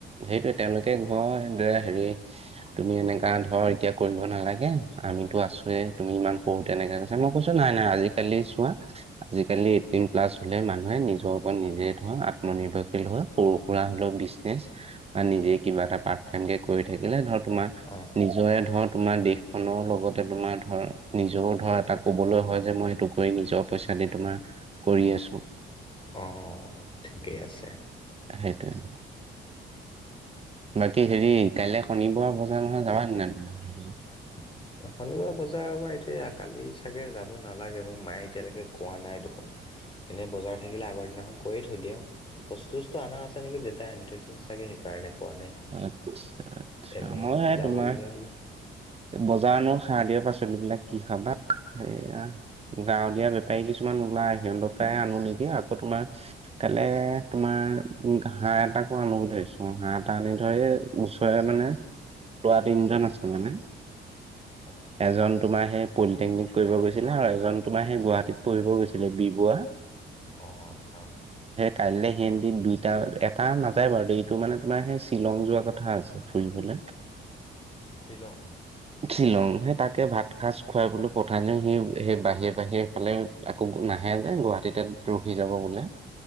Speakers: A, on the right (about 30°); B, on the left (about 25°).
A: সেইটোৱে তেওঁলোকে ঘয়, ধৰা হেৰি তুমি এনেকা ধৰ এতিয়া কৰিব নালাগে, আমিতো আছোয়ে তুমি ইমান সৰু তেনেকা কৈছা, মই কৈছো নাই নাই আজি কালি চোৱা, আজিকালি এইটিনপ্লাছ হলে মানুহে নিজৰ ওপৰত নিজে ধৰা আত্ম নিৰ্ভৰশীল হৈ সৰু সুৰা হলেও বিজনেচ বা নিজে কিবা এটা পাৰ্ট টাইম কে কৰি থাকিলে ধৰ তোমাৰ নিজ
B: অ
A: নিজৰে ধৰ তোমাৰ দেশখনৰ লগতে তোমাৰ ধৰ নিজৰও ধৰ এটা কবলৈ হয় যে মই এইটো কৰি নিজক পইচা দি তোমাৰ কৰি আছো।
B: অঁ ঠিকে আছে।
A: সেইটোৱে। বাকী হেৰি কাইলৈ শনিবাৰ বজাৰ নহয়, যাবা নে নাই? হেৰি
B: <inaudible> শনিবাৰ বজাৰ আমাৰ এতিয়া কালি চাগে যাব নালাগে, মোক মায়ে এতিয়ালৈকে কোৱা নাই দেখোন। এনেই বজাৰ থাকিলে আগৰ দিনাখন কয়ে থৈ দিয়ে আও। বস্তু - চস্তু অনা আছে নেকি দেউতাই আনি থৈ দিছে চাগে সেইকাৰণে কোৱা নাই।
A: আচ্ছা আচ্ছা,
B: এনে
A: মই এ
B: যাবলগীয়া
A: তোমাৰ
B: হ'লে
A: বজাৰ ন সাৰ দিয়া পাচলিবিলাক কি খাবা, সেইয়া। গাঁৱলীয়া বেপাৰী কিছুমান ওলায় সিহঁতৰ পাই আনো নেকি, আকৌ তোমাৰ কাইলে তোমাৰ উম হাঁহ এটাকো আনো বুলি ভাবিছোঁ হাঁহ? আনি ধৰ এই ওচৰে মানে লোৱা তিনিজন আছে মানে।
B: আচ্ছা
A: এজন তোমাৰ সেই পলিটেকনিক কৰিব গৈছিলে আৰু এজন তোমাৰ সেই গুৱাহাটীত পঢ়িব গৈছিলে বি বোৱা।
B: অ আচ্ছা আচ
A: কাইলৈ হেন্দিন দুইটা এটা নাযায় বাৰু দেই, এইটো মানে আপোনাৰ সেই শ্বিলং যোৱা কথা আছে ফুৰিবলে।
B: শ্বিলং?
A: শ্বিলং, সে তাকে ভাত সাজ খুৱাই বোলো পঠাই দিও, সি সেই বাহিৰে বাহিৰে সেইফালে আকৌ গু নাহে যে গুৱাহাটীতে ৰখি যাব বোলে।